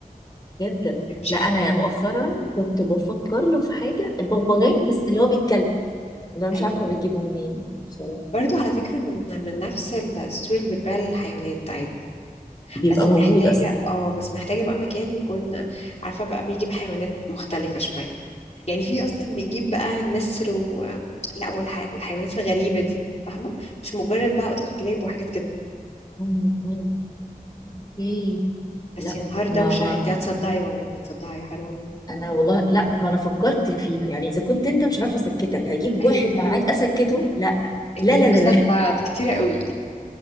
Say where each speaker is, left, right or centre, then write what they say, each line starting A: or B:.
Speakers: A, on the left; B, on the left.
A: جدا
B: مش
A: لا
B: حاسه
A: انا مؤخرا كنت بفكر له في حاجه البغبغان بس اللي هو بيتكلم ده مش
B: ايوه
A: عارفه بتجيبه منين بصراحه بفكر.
B: برضو على فكره من من نفس الستوري اللي بتبيع للحيوانات عادي
A: بيبقى
B: بس
A: موجود
B: محتاجه
A: اصلا
B: اه بس محتاجه بقى مكان يكون عارفه بقى بيجيب حيوانات مختلفه شويه يعني في اصلا بيجيب بقى نسر و لا والح... والحيوانات الغريبه دي فاهمه مش مجرد بقى قطط وكلاب وحاجات كده
A: مم. مم. ايه
B: بس
A: لا
B: يا نهار دوشه
A: ما ما
B: انت هتصدعي والله هتصدعي حرام
A: انا والله لا ما انا فكرت فيها يعني اذا كنت انت مش عارفه اسكتك هجيب
B: ايوه
A: واحد معاك
B: ايوه
A: اسكته لا
B: اتنين
A: لا لا لا
B: قصاد
A: لا
B: بعض كتير قوي